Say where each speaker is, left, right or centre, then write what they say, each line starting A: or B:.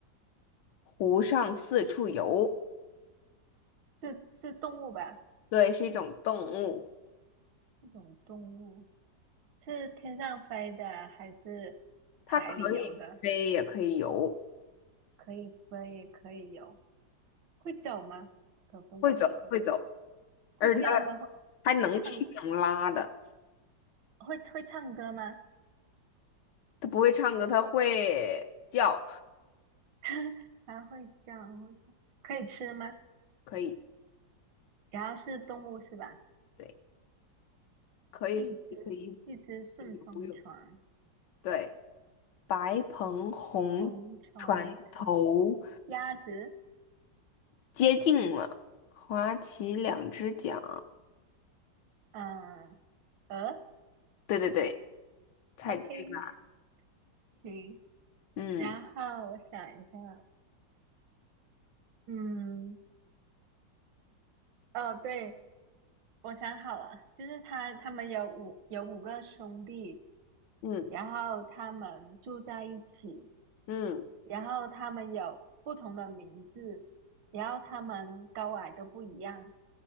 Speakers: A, on the left; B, on the right.
A: 湖上四处游。
B: 是是动物吧？
A: 对，是一种动物，
B: 一种动物是天上飞的还是海里游的？
A: 它可以飞，也可以游，
B: 可以飞也可以游。会走吗？可不可以哦？
A: 会走，会走。
B: 会叫吗？
A: 而且他
B: 会会唱
A: 还能吃能拉的，
B: 会会唱歌吗？
A: 他不会唱歌，他会叫，
B: <laughs> 还会叫，会叫可以吃吗？
A: 可以，
B: 然后是动物是吧？
A: 对，可以，
B: 一只一只顺风船，
A: 可以游泳，对，白鹏红船头
B: 红船头，鸭子，
A: 接近了，划起两只桨，
B: 呃，鹅
A: 对对对，猜对了，
B: ，OK，<laughs> 行。
A: 嗯
B: 然后我想一下，嗯，哦，对，我想好了，就是他他们有五有五个兄弟，
A: 嗯
B: 然后他们住在一起。
A: 嗯，
B: 然后它们有不同的名字，然后它们高矮都不一样。